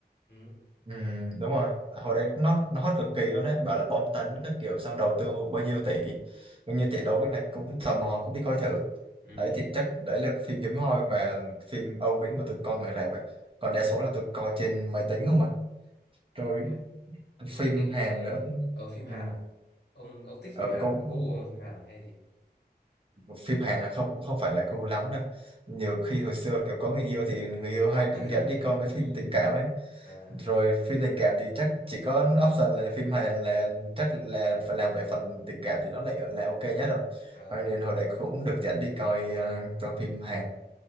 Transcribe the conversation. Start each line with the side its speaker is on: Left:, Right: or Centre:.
Left: ừ
Right: Ừ, đúng rồi hồi đấy nó nó hot cực kỳ luôn đấy bảo là bom tấn các kiểu xong đầu tư bao nhiêu tỷ bao nhiêu
Left: ừ
Right: tỷ đó cái này cũng tò mò cũng đi coi thử
Left: ừ,
Right: đấy thì chắc đấy là phim hiếm hoi mà phim Âu Mỹ mà tụi con người rạp ấy. còn đa số là tụi coi trên máy tính không à rồi
Left: ừ. Thế
Right: phim
Left: máy tính
Right: Hàn nữa
Left: ờ, ở phim Hàn
Right: ừ,
Left: à? Ông ông thích
Right: ừ
Left: phim Hàn
Right: cũng
Left: à? Gu của ông là phim Hàn à hay gì?
Right: phim Hàn là không cũng không phải là cool lắm đâu nhiều khi hồi xưa kiểu có người yêu thì người yêu hay
Left: <laughs>
Right: dẫn đi coi mấy phim tình cảm ấy
Left: Ờ
Right: rồi phim tình cảm thì chắc chỉ có option là phim Hàn là chắc là phải làm về phần tình cảm thì nó lại là ok nhất rồi
Left: ờ
Right: Cho nên hồi đấy cũng được dẫn đi coi ờ, coi phim Hàn